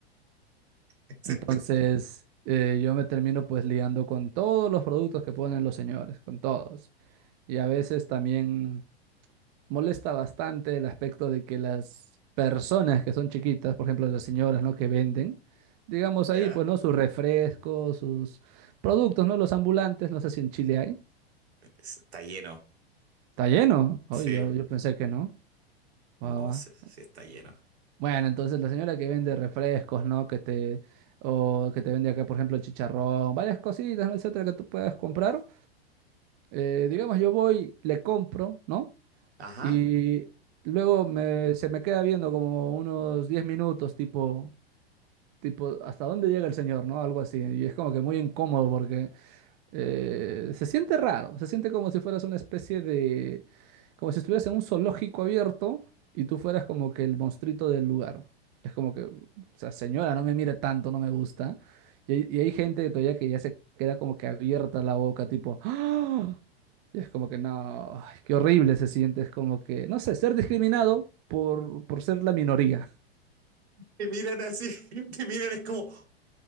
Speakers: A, on the right; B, on the right.
A: <laughs>
B: Entonces, eh, yo me termino pues liando con todos los productos que ponen los señores, con todos. Y a veces también molesta bastante el aspecto de que las personas que son chiquitas, por ejemplo, las señoras, ¿no? Que venden, digamos
A: ¿Ya?
B: ahí, pues, ¿no? Sus refrescos, sus productos, ¿no? Los ambulantes, no sé si en Chile hay.
A: Está lleno.
B: Está lleno. Oye,
A: Sí.
B: yo, yo pensé que no. Guau,
A: No
B: guau.
A: sé si está lleno.
B: Bueno, entonces la señora que vende refrescos, ¿no? Que te, o que te vende acá, por ejemplo, el chicharrón, varias cositas, ¿no? Etcétera, que tú puedas comprar. Eh, digamos, yo voy, le compro, ¿no?
A: Ajá.
B: Y luego me, se me queda viendo como unos 10 minutos, tipo, tipo, ¿hasta dónde llega el señor, ¿no? Algo así. Y es como que muy incómodo porque eh, se siente raro, se siente como si fueras una especie de, como si estuvieras en un zoológico abierto y tú fueras como que el monstruito del lugar. Es como que, o sea, señora, no me mire tanto, no me gusta. Y, hay y hay gente que todavía que ya se queda como que abierta la boca, tipo, ¡Ah! Y es como que no, ay, qué horrible se siente, es como que, no sé, ser discriminado por, por ser la minoría.
A: Te miran así, <laughs> te miran, es como,